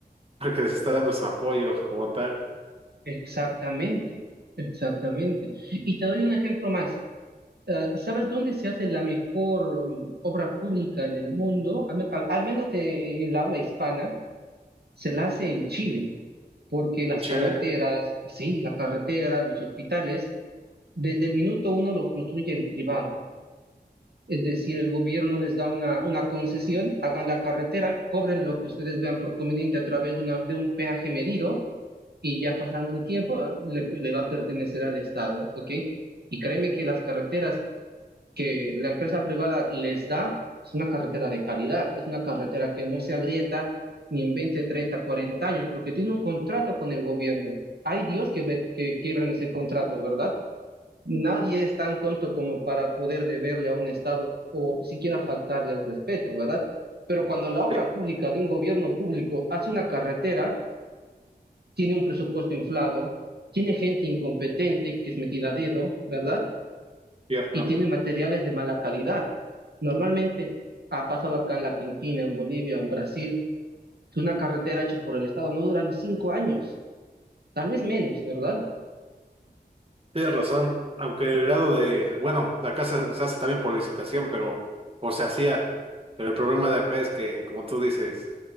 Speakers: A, on the right; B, on the right.
A: porque les está dando su apoyo como tal
B: Exactamente, exactamente. Y te doy un ejemplo más. Eh, ¿sabes dónde se hace la mejor mm, obra pública en el mundo? Al, men- al- al menos eh, en la habla hispana, se la hace en Chile, porque las
A: en Chile.
B: carreteras, sí, las carreteras, los hospitales Desde el minuto uno lo construye el privado. Es decir, el gobierno les da una, una concesión, hagan la carretera, cobren lo que ustedes vean por conveniente a través de, una- de un peaje medido y ya pasando un tiempo eh, le, le va a pertenecer al Estado, ¿ok? Y créeme que las carreteras que la empresa privada les da es una carretera de calidad, es una carretera que no se agrieta ni en 20, 30, 40 años, porque tiene un contrato con el gobierno. Hay Dios que, ve- que quiebran ese contrato, ¿verdad? nadie es tan tonto como para poder deberle a un Estado o siquiera faltarle al respeto, ¿verdad? Pero cuando la obra
A: Sí,
B: pública de un gobierno público hace una carretera, tiene un presupuesto inflado, tiene gente incompetente que es metida a dedo, ¿verdad?
A: cierto.
B: Y tiene materiales de mala calidad. Normalmente ha pasado acá en la Argentina, en Bolivia, en Brasil, que una carretera hecha por el Estado no dura ni cinco años, tal vez menos, ¿verdad?
A: Tienes razón, aunque el lado de, bueno, de acá se, se hace también por licitación, pero, o se hacía, pero el problema de acá es que, como tú dices,